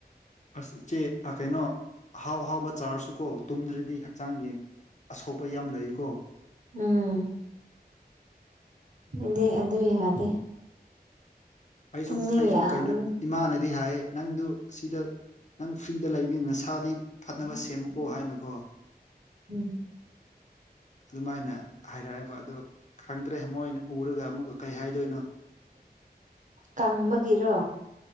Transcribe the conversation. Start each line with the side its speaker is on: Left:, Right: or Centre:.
Left: ꯑꯁ ꯏꯆꯦ ꯀꯩꯅꯣ ꯑꯍꯥꯎ ꯑꯍꯥꯎꯕ ꯆꯥꯔꯁꯨꯀꯣ ꯇꯨꯝꯗ꯭ꯔꯗꯤ ꯍꯛꯆꯥꯡ <unintelligible> ꯑꯁꯣꯛꯄ ꯌꯥꯝ ꯂꯩꯀꯣ
Right: ꯎꯝ <unintelligible> ꯑꯗꯨ ꯌꯥꯗꯦ
Left: ꯑꯩꯁꯨ
Right: ꯇꯨꯝꯅꯤꯡ
Left: ꯑꯩꯁꯨ
Right: ꯌꯥꯝ
Left: ꯀꯩꯅꯣ ꯏꯃꯥꯅꯗꯤ ꯍꯥꯏꯌꯦ ꯅꯪꯗꯨ ꯁꯤꯗ ꯅꯪ ꯐ꯭ꯔꯤꯗ <unintelligible> ꯅꯁꯥꯗꯤ ꯐꯅꯕ ꯁꯦꯝꯃꯨꯀꯣ ꯍꯥꯏꯅꯀꯣ
Right: ꯎꯝ
Left: ꯑꯗꯨꯃꯥꯏꯅ ꯍꯥꯏꯔꯛꯑꯕ ꯑꯗꯨ ꯈꯪꯗ꯭ꯔꯦ ꯃꯣꯏꯅ ꯎꯔꯒ ꯑꯃꯨꯛꯀ ꯀꯩ ꯍꯥꯏꯗꯣꯏꯅꯣ
Right: ꯀꯪꯕꯒꯤꯔꯣ